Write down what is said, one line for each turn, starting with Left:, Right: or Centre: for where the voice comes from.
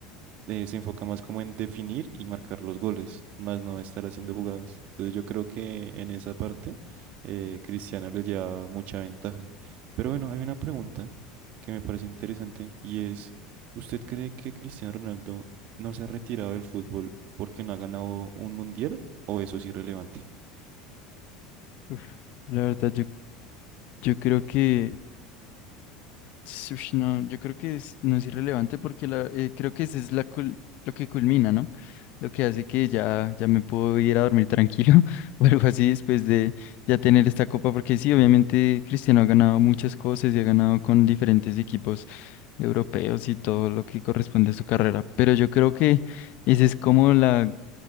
Right: eh, se enfoca más como en definir y marcar los goles, más no estar haciendo jugadas. Entonces yo creo que en esa parte eh, Cristiano le lleva mucha ventaja. Pero bueno, hay una pregunta que me parece interesante y es, ¿usted cree que Cristiano Ronaldo no se ha retirado del fútbol porque no ha ganado un mundial o eso es irrelevante?
Left: uf, la verdad, yo, yo creo que. s- Ush, no, yo creo que es- no es irrelevante porque la, eh, creo que esa es la cul- lo que culmina, ¿no? lo que hace que ya, ya me puedo ir a dormir tranquilo <laughs> o algo así después de ya tener esta copa, porque sí, obviamente Cristiano ha ganado muchas cosas y ha ganado con diferentes equipos europeos y todo lo que corresponde a su carrera, pero yo creo que esa es como la